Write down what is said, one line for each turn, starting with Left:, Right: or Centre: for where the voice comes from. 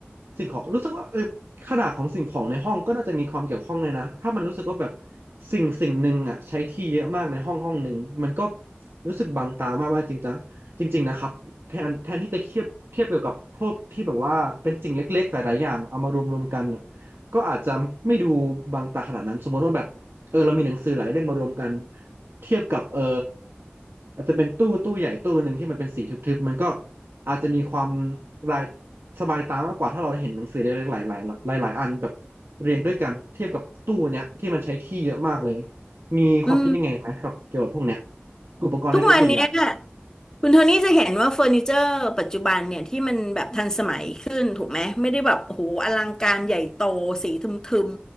Right: สิ่งของรู้สึกว่าเออขนาดของสิ่งของในห้องก็น่าจะมีความเกี่ยวข้องเลยนะถ้ามันรู้สึกว่าแบบสิ่งสิ่งหนึ่งอ่ะใช้ที่เยอะมากในห้องห้องหนึ่งมันก็รู้สึกบังตามากๆจริงจังจริงๆนะครับแทนแทนที่จะเทียบเทียบเกี่ยวกับพวกที่แบบว่าเป็นสิ่งเล็กๆหลายๆอย่างเอามารวมๆกัน ก็อาจจะไม่ดูบางตาขนาดนั้นสมมติว่าแบบเออเรามีหนังสือหลายเล่มมารวมกันเทียบกับเอออาจจะเป็นตู้ตู้ใหญ่ตู้หนึ่งที่มันเป็นสีทึบๆมันก็อาจจะมีความรายสบายตามากกว่าถ้าเราเห็นหนังสือเล็กๆหลายๆหลายหลายอันแบบเรียงด้วยกันเทียบกับตู้เนี้ยที่มันใช้ที่เยอะมากเลยมีความคิดยังไงไหมครับเกี่ยวกับพวกเนี้ย
Left: อืม
Right: อุปกรณ์เล็กๆใหญ่
Left: ทุกวันเนี้ยคุณโทนี่จะเห็นว่าเฟอร์นิเจอร์ปัจจุบันเนี่ยที่มันแบบทันสมัยขึ้นถูกไหมไม่ได้แบบโอ้โหอลังการใหญ่โตสีทึม